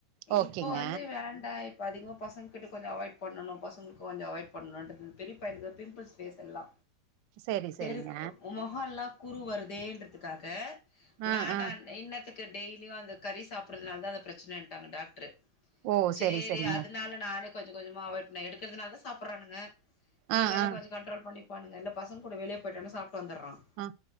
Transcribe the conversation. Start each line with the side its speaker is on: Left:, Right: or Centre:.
Right: ஓகேங்க
Left: இப்போ வந்து வேண்டா இப்போ அதிகமாக பசங்கிட்ட கொஞ்சம் அவாய்ட் பண்ணணு பசங்களுக் கொஞ்சம் அவாய்ட் பண்லான்ட்டு பெரிய பையனுக்கு பிம்ப்ள்ஸ் ஃபேஸ் எல்லா
Right: செரி செரிங்க
Left: தெருக்கு மொகம் எல்லா குரு வருதேன்றதுக்காக
Right: ஆ
Left: வேண்டா
Right: ஆ
Left: இன்னத்துக் டெய்லியும் அந்த கறி சாப்ட்றதுனாலா தா அந்த ப்ரச்சனன்ட்டாங்க டாக்ட்ரு
Right: ஓ
Left: சேரி
Right: செரி செரிங்க
Left: அதுனால நானே கொஞ்ச கொஞ்சமா அவாய்ட் பண்ண எடுக்கறதுனால தா சாப்ட்டுறானுங்க
Right: ஆ
Left: இல்லனா
Right: ஆ
Left: கொஞ்ச கண்ட்ரோல் பண்ணி ப்பானுங்கல்ல பசங்க கூட வெளிய போய்ட்டானா சாப்ட வந்தரான்
Right: ஆ